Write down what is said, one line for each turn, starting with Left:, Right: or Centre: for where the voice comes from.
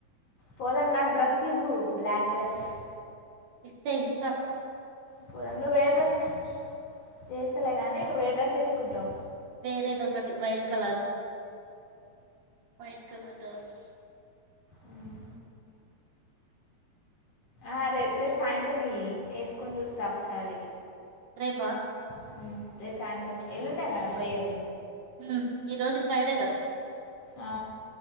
Left: పోదాం నాకు డ్రెస్ ఇవ్వు బ్లాక్ డ్రెస్
Right: ఇస్త ఇస్త
Left: పోదాం నువ్వు ఏ డ్రెస్ స్నానం జేయ్యు చేస్తలే గాని నువ్వే డ్రెస్ ఎసుకుంటావ్
Right: వేరేదొకటి white colour white colour dress
Left: మ్ ఆ రే రేపు
Right: ఇంకా
Left: సాయంత్రం ఇయ్యి ఎసుకొని చూస్తా ఒకసారి
Right: రేపా
Left: ఉమ్, రేపు సాయంత్రం ఎల్లుండే గా పోయేది
Right: మ్మ్ ఈ రోజు ఫ్రైడే గదా
Left: ఆ